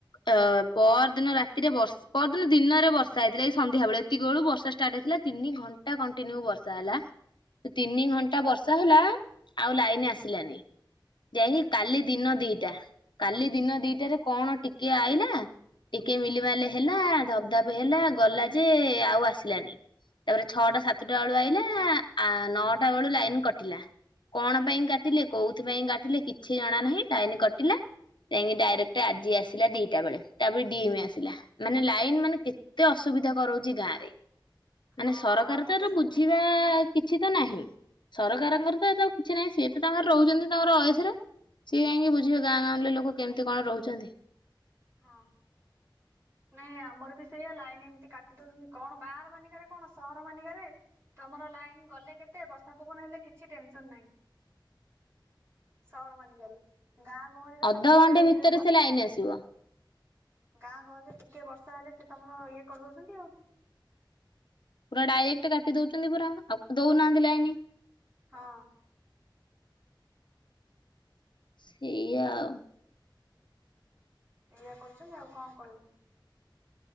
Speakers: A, on the left; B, on the right.
A: ଅ ପରଦିନ ରାତିରେ ବର୍ଷା ପରଦିନ ଦିନରେ ବର୍ଷା ହେଇଥିଲା ଏଇ ସନ୍ଧ୍ୟା ସେବେଳେ ଏତିକି ବଳୁ ବର୍ଷା ଷ୍ଟାର୍ଟ ହେଥିଲା ତିନି ଘଣ୍ଟା କଣ୍ଟିନ୍ୟୁ ବର୍ଷା ହେଲା। ତିନି ଘଣ୍ଟା
B: ହୁଁ।
A: ବର୍ଷା ହେଲା ଆଉ ଲାଇନ ଆସିଲାନି? ଯାଇକି
B: ହୁଁ
A: କାଲି ଦିନ ଦିଟା କାଲି ଦିନ ଦିଟାରେ କଣ ଟିକେ ଆଇଲା ଟିକେ ମିଲିମାଲି ହେଲା ଧବ ଧପ ହେଲା ଗଲା ଯେ ଆଉ ଆସିଲାନି। ତାପରେ ଛଅଟା ସାତଟା ବେଳୁ ଆଇଲା ଆ ନଅଟା ବେଳୁ ଲାଇନ କଟିଲା। କଣ ପାଇଁ କାଟିଲେ କୋଉଥି ପାଇଁ କାଟିଲେ କିଛି ଜଣା ନାହିଁ ନାଇନି କାଟିଲା? ଯାଇକି ଡାଇରେକ୍ଟ ଆଜି ଆସିଲା ଦିଟା ବେଳେ ତାପରେ ଡିମ ଆସିଲା ମାନେ ଲାଇନ୍ ମାନେ କେତେ ଅସୁବିଧା ସୁବିଧା କରାଉଛି ଗାଁରେ
B: ହଁ
A: ମାନେ ସରକାର
B: ଆମର
A: ତ ଏ
B: ସେମିତି
A: ବୁଝିବା କିଛି ତ ନାହିଁ? ସରକାରଙ୍କର ତ ଏ କିଛି ନାହିଁ ସିଏ ତ ତାଙ୍କର ରହୁଛନ୍ତି ତାଙ୍କର ସିଏ କାହିଁକି ବୁଝିବେ ଗାଁ ଗାଁରେ ଲୋକ କେମିତି କଣ ରହୁଛନ୍ତି?
B: ହଁ। ନାଇଁ ଆମର ବି ସେଇଆ ଲାଇନ ଏମିତି କାଟି ଦଉଛନ୍ତି କଣ ବାହାର ମାନିକାରେ କଣ ସହର ମାନିକାରେ ତମର ଲାଇନ ଗଲେ କେତେ ବର୍ଷା ପବନ ହେଲେ କିଛି ଟେନସନ ନାହିଁ। ସହର ମାଲିକାରୁ ଗାଁ ଗହଳିରେ
A: ଅଧଘଣ୍ଟେ
B: ତ ଟିକେ
A: ଭିତରେ
B: ବର୍ଷା
A: ସେ ଲାଇନ
B: ହେଲେ
A: ଆସିବ
B: ଗାଁ ଗହଲରେ ଟିକେ ବର୍ଷା ହେଲେ ସେ ତମର ଇଏ କରିଦଉଛନ୍ତି ଆଉ,
A: ପୁରା ଡାଇରେକ୍ଟ କାଟି ଦଉଛନ୍ତି ପୁରା ଆଉ ଦଉନାହାନ୍ତି ଲାଇନ?
B: ହଁ।
A: ସେଇଆ ଆଉ।
B: ଏଇଆ କରୁଛନ୍ତି ଆଉ କଣ କହିବୁ?